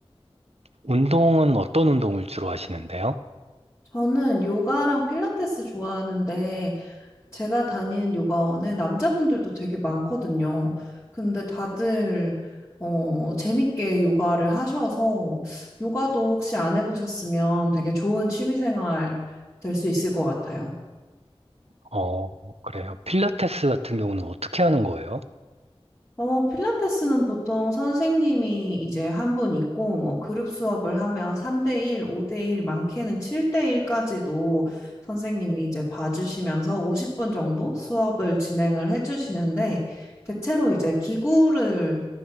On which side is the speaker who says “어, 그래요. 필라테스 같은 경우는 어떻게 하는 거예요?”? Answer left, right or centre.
Right